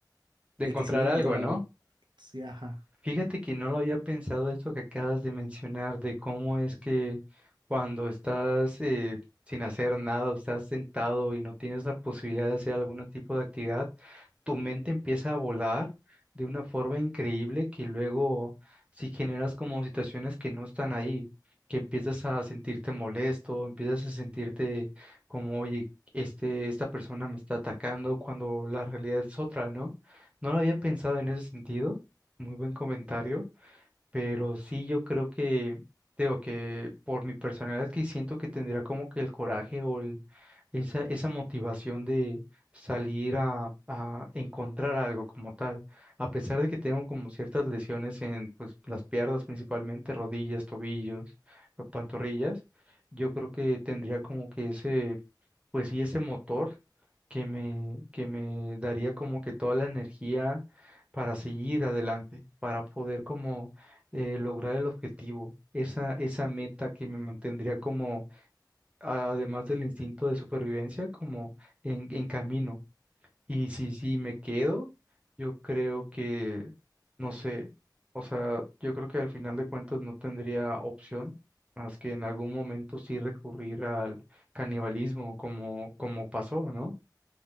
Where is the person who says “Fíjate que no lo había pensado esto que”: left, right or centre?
Right